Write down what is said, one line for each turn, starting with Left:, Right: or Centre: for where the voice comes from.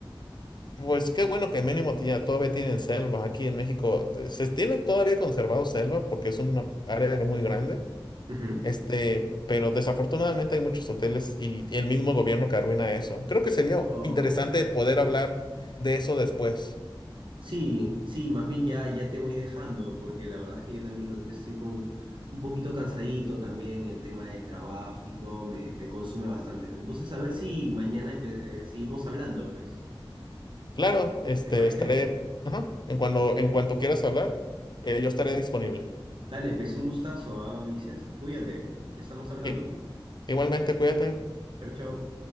Left: Pues qué bueno que mínimo tía- todavía tienen selva. Aquí en México eh, se tiene todavía conservado selva porque es una área muy grande.
Right: Ujú.
Left: Este, pero desafortunadamente hay muchos hoteles y, y el mismo gobierno que arruina eso. Creo que sería
Right: Oh,
Left: interesante poder hablar de eso después.
Right: sí, sí, más bien ya, ya te voy dejando porque la verdad es que yo también ahorita estoy con un poquito cansadito también, el tema del trabajo y todo me, me consume bastante. ¿no? Entonces, a ver si mañana empe- eh, seguimos hablando, pues.
Left: Claro, este,
Right: ¿Te parece?
Left: estaré, ajá, en cuando, en cuanto quieras hablar, eh, yo estaré disponible.
Right: Dale, pues un gustazo, ¿ah, Ulises? Cuídate, ya estamos hablando.
Left: I- igualmente, cuídate.
Right: Chau, chau.